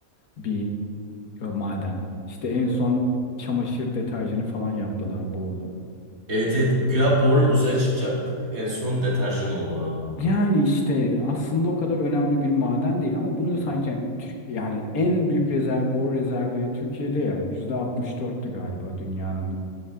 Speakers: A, on the left; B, on the right.
A: bir e, maden. İşte en son çamaşır deterjanı falan yaptılar borla.
B: Evet evet güya borla uzaya çıkacaktık. En son deterjan oldu abi.
A: Yani işte aslında o kadar önemli bir maden değil ama bunu sanki hani Türk, yani en büyük rezerv bor rezervi Türkiye'de ya yüzde altmış dört'tü galiba dünyanın